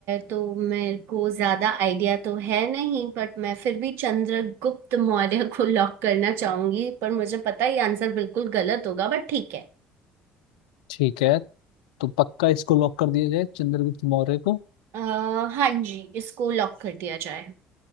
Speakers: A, on the right (about 65°); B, on the left (about 75°).
A: तो मेरे को ज्यादा आइडिया तो है नहीं बट मैं फिर भी चंद्रगुप्त मौर्य को लॉक करना चाहूंगी पर मुझे पता है ये आंसर बिल्कुल गलत होगा बट ठीक है
B: ठीक है तो पक्का इसको लॉक कर दिया जाए चंद्रगुप्त मौर्य को
A: आ, हाँ जी इसको लॉक कर दिया जाए